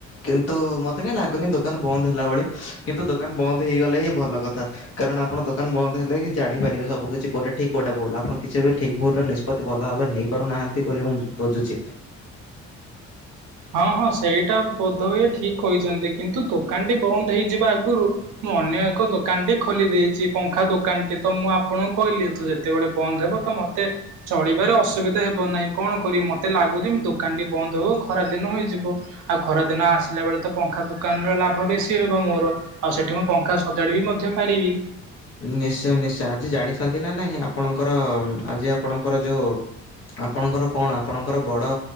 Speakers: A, on the left; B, on the right.
A: କିନ୍ତୁ ମୋତେ କାହିଁ ଲାଗୁନି ଦୋକାନ ବନ୍ଦ ହେଲା ଭଳି କିନ୍ତୁ ଦୋକାନ ବନ୍ଦ ହେଇଗଲେ ହିଁ ଭଲ କଥା। କାରଣ ଆପଣ ଦୋକାନ ବନ୍ଦ ହେଲେ କି ଜାଣିପାରିବେ ସବୁ କିଛି କୋଉଟା ଠିକି କୋଉଟା ଭୁଲୁ ଆପଣ କିଛି ଏବେ ଠିକି ଭୁଲୁ ନି ସ୍ପତ୍ତି ଭଲ ଭାବରେ ନେଇ ପାରୁନାହାନ୍ତି ବୋଲି ମୁଁ ବୁଝୁଚି।
B: ହଁ ହଁ ସେଇଟା ବୋଧ ହୁଏ ଠିକ୍ କହିଛନ୍ତି କିନ୍ତୁ ଦୋକାନଟି ବନ୍ଦ ହେଇଯିବା ଆଗରୁ ମୁଁ ଅନ୍ୟ ଏକ ଦୋକାନ ଟି ଖୋଲି ଦେଇଚି ପଙ୍ଖା ଦୋକାନ ଟି ତ ମୁଁ ଆପଣଙ୍କୁ କହିଲି ଏ ତ ଯେ କେତେବେଳେ ବନ୍ଦ ହେବ ତ ମତେ ଚଳିବାରେ ଅସୁବିଧା ହେବ ନାହିଁ କଣ କରିବି ମତେ ଲାଗୁଚି ଦୋକାନ ଟି ବନ୍ଦ ହଉ ଖରାଦିନ ହୋଇଯିବ ଆଉ ଖରାଦିନ ଆସିଲା ବେଳେ ତ ପଙ୍ଖା ଦୋକାନର ଲାଭ ବେଶୀ ହେବ ମୋର। ଆଉ ସେଠି ମୁଁ ପଙ୍ଖା ସଜାଡ଼ିବି ମଧ୍ୟ ପାରିବି।
A: ନିଶ୍ଚୟ ନିଶ୍ଚୟ ଆଜି ଜାଣିଛନ୍ତି ନା ନାହିଁ ଆପଣଙ୍କର ଆଜି ଆପଣଙ୍କର ଯୋଉ ଆପଣଙ୍କର କଣ ଆପଣଙ୍କର ବଡ଼